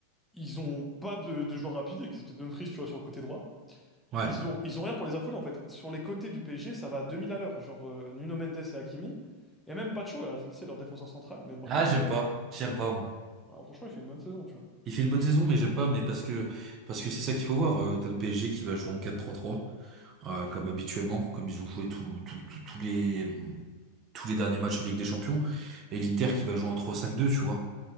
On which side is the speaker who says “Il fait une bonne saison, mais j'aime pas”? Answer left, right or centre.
Right